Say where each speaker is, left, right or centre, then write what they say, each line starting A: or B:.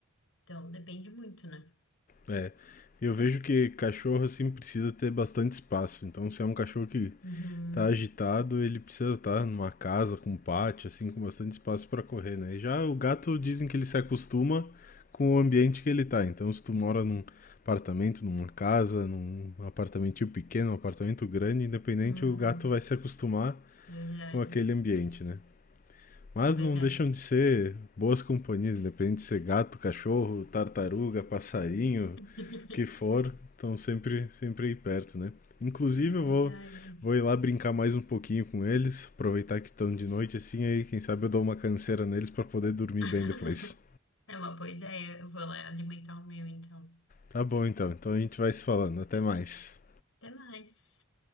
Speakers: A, on the left; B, on the left.
A: Então depende muito, né?
B: É. Eu vejo que cachorro assim precisa ter bastante espaço. Então, se é um cachorro que
A: Uhum,
B: tá agitado, ele precisa estar numa casa com um pátio, assim, com bastante espaço para correr, né? E já o gato dizem que ele se acostuma com o ambiente que ele tá. Então, se tu mora num apartamento, numa casa, num apartamentinho pequeno, um apartamento grande, independente,
A: uhum,
B: o gato vai se acostumar
A: verdade,
B: com aquele ambiente, né? Mas
A: é verdade.
B: não deixam de ser boas companhias, independente de ser gato, cachorro, tartaruga, passarinho,
A: <laughs>
B: que for, estão sempre, sempre aí perto, né? Inclusive,
A: É
B: eu
A: verdade.
B: vou, vou ir lá brincar mais um pouquinho com eles, aproveitar que estão de noite assim, aí quem sabe eu dou uma canseira neles para poder dormir
A: <laughs>
B: bem depois.
A: É uma boa ideia. Eu vou lá alimentar o meu, então.
B: Tá bom então, então a gente vai se falando, até mais.
A: Até mais.